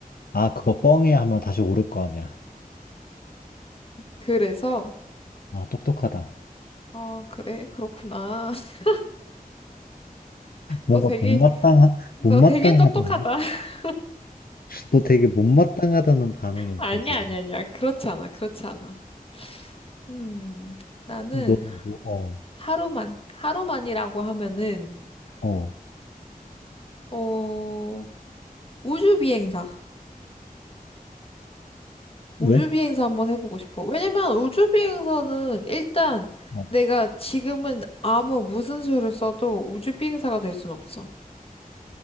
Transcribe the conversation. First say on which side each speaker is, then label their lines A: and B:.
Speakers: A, on the left; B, on the left.
A: 아 그거 뻥이야 하면 다시 오를 거 아니야.
B: 그래서
A: 아 똑똑하다.
B: 아 그래 그렇구나 <laughs>
A: 뭔가
B: 너 되게
A: 못마땅하, 못마땅하다.
B: 너 되게 똑똑하다
A: 너
B: <laughs>
A: 너 되게 못마땅하다는 반응이었어,
B: 아니야
A: 지금.
B: 아니야 아니야 그렇지 않아 그렇지 않아 음 나는
A: 너는 뭐, 어,
B: 하루만 하루만이라고 하면은
A: 어,
B: 어 우주비행사. 우주비행사
A: 왜?
B: 한번 해보고 싶어. 왜냐면 우주비행사는 일단
A: 어,
B: 내가 지금은 아무 무슨 수를 써도 우주비행사가 될 순 없어.